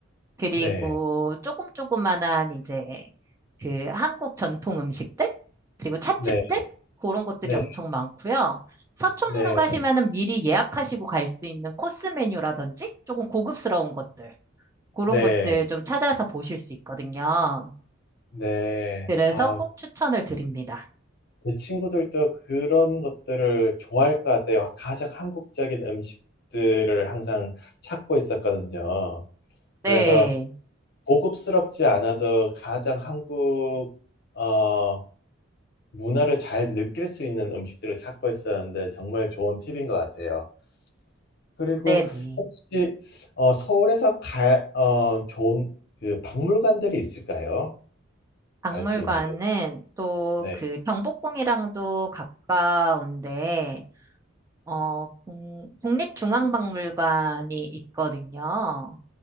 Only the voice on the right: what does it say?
그리고
조금 조그만한 이제 그 한국 전통 음식들 그리고 찻집들
그런 것들이
엄청 많고요. 서촌으로
가시면은 미리 예약하시고 갈 수 있는 코스 메뉴라든지 조금 고급스러운 것들 그런
것들 좀 찾아서 보실 수 있거든요.
그래서
꼭 추천을 드립니다.
네,
네네.
박물관은
또
그 경복궁이랑도 가까운데 어, 국- 국립중앙박물관이 있거든요.